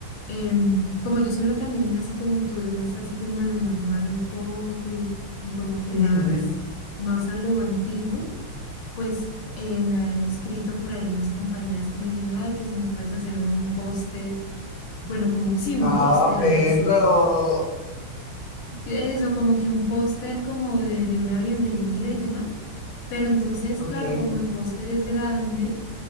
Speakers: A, on the left (about 80°); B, on the left (about 50°).
A: em, como yo solo también, así como tú, es más así como a lo manual un poco y, y como que
B: <laughs> Ujú.
A: más, más a lo antiguo pues eh, me habían escrito por ahí unas compañeras como diciendo, ay, que si nos puedes hacer un póster, bueno, como, sí, un
B: Ah,
A: póster,
B: perro.
A: algo así. Y Eso, como que un póster como de, de una bienvenida y demás. Pero entonces,
B: Ok,
A: claro, como el póster es grande